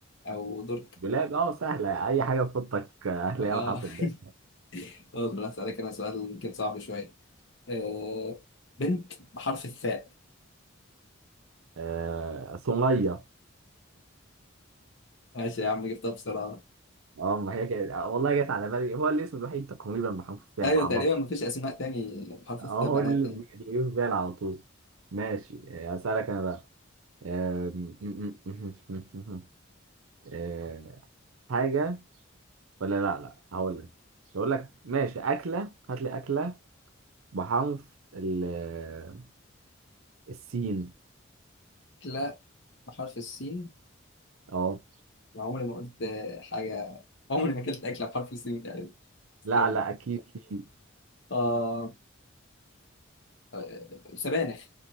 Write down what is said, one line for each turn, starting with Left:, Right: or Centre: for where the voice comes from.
Left: او درج
Right: دولاب اه سهلة اي حاجة تحطك هتلاقيها
Left: اه
Right: محطة ده
Left: <laughs> اقدر اسالك انا سؤال يمكن صعب شويه آه، بنت بحرف الثاء
Right: آه صنية
Left: ماشي يا عم جبتها بسرعه
Right: اه ما هي كده آه، والله جت على بالي هو الاسم الوحيد تقريبا محمود السابع
Left: ايوه
Right: ما اعرفش
Left: تقريبا مفيش اسماء تاني بحرف
Right: اه
Left: الثاء
Right: هو
Left: بنات
Right: اللي
Left: يعني
Right: بيجي في بالي على طول ماشي آه، اسالك انا بقى آه، <laughs> م- م- م- م- م- آه، حاجه ولا لا لا هقول لك هقول لك ماشي اكله هات لي اكله بحرف ال- آه، السين
Left: لا بحرف السين
Right: اه
Left: ما عمري ما قلت حاجه عمري ما اكلت اكله بحرف السين تقريبا استنى
Right: لا لا اكيد سين
Left: آه... آه، سبانخ